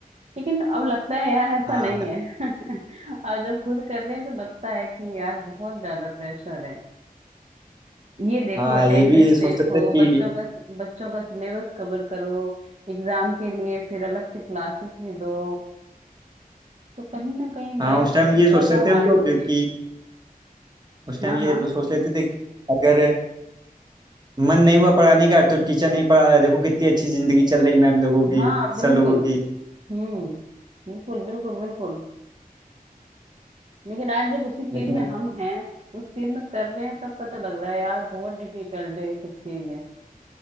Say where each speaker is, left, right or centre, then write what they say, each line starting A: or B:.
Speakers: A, on the right (about 45°); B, on the right (about 25°).
A: लेकिन अब लगता है यार ऐसा
B: हाँ
A: नहीं है <laughs> अब जब खुद कर रहे हैं तो लगता है कि यार बहुत ज्यादा प्रेशर है ये देखो
B: हाँ
A: अटेंडेंस
B: ये भी सोचते
A: देखो
B: थे कि
A: बच्चों का बच्चों का सिलेबस कवर करो एग्जाम के लिए फिर अलग से क्लासेस भी दो तो कहीं ना कहीं
B: हाँ
A: लाइफ
B: उस टाइम
A: बहुत
B: ये
A: ज्यादा
B: सोचते थे हम
A: हार्ड
B: लोग
A: हो गई
B: कि उस टाइम
A: हाँ
B: ये
A: हाँ
B: हम लोग सोच लेते थे कि अगर मन नहीं हुआ पढ़ाने का तो टीचर नहीं पढ़ा रहा है देखो कितनी अच्छी जिंदगी चल रही मैम लोगों की
A: हाँ बिल्कुल
B: सर लोगों की
A: हम्म बिल्कुल बिल्कुल बिल्कुल लेकिन आज जब उसी चीज
B: लेकिन
A: में हम हैं उस चीज में कर रहे हैं तब पता लग रहा है यार बहुत डिफिकल्ट है ये सब चीजें